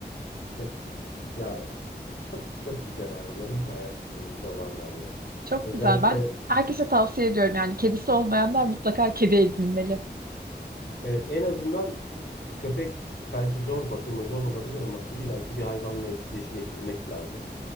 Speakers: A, on the left; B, on the right.
A: <laughs> Ya çok çok güzel hayvanlar. İyi ki hayatlarımızda varlar ya.
B: Çok
A: Özellikle
B: güzel. Ben herkese tavsiye ediyorum yani kedisi olmayanlar mutlaka kedi edinmeli.
A: evet en azından e, köpek belki zor bakımı zor olabilir ama illaki bir hayvanla etkileşime girmek lazım.